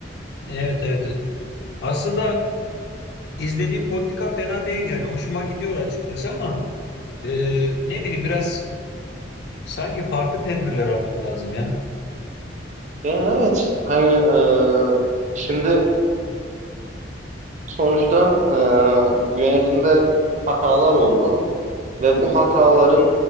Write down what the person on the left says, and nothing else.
evet, evet. evet. Aslında izlediği politika fena değil yani hoşuma gidiyor açıkçası ama e, ne bileyim biraz sanki farklı tedbirler almak lazım ya.